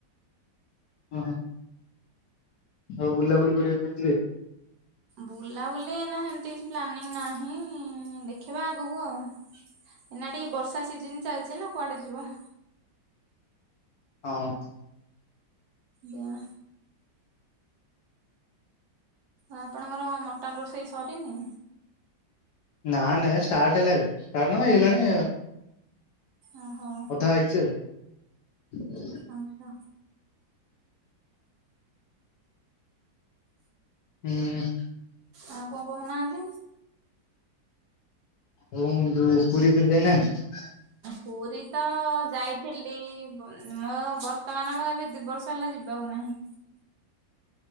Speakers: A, on the left; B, on the right.
A: ହୁଁ। ଆଉ ବୁଲାବୁଲି କରିବାକୁ ଯାଇଥିବେ।
B: ବୁଲାବୁଲି ନା ସେମତି କିଛି ପ୍ଲାନିଂ ନାହିଁ ଦେଖିବା ଆଗକୁ ଆଉ। ଏଇନା ଟିକେ ବର୍ଷା ସିଜନ ଚାଲିଛି ନା କୁଆଡେ ଯିବ।
A: ହଁ।
B: ବା ଆପଣଙ୍କର ମଟନ୍ ରୋଷେଇ ସରିନି।
A: ନା ନାଇଁ ଷ୍ଟାର୍ଟ ହେଲା ଏବେ। କର୍ଣ୍ଣମା ହେଇଗଲାଣି
B: ଓହୋ
A: ଅଧା ହେଇଛି ଆଉ।
B: ଆଛା।
A: ହୁଁ।
B: ଆଉ କଁ କହୁନାହାନ୍ତି।
A: ହ ଯୋଉ ପୁରୀ ଫୁରୀ ଯାଇନାହାନ୍ତି।
B: ପୁରୀ ତ ଯାଇଥିଲି ମୋ ବର୍ତ୍ତମାନ ମୁଁ ଏବେ ଦି ବର୍ଷ ହେଲା ଯିବାକୁ ନାହିଁ।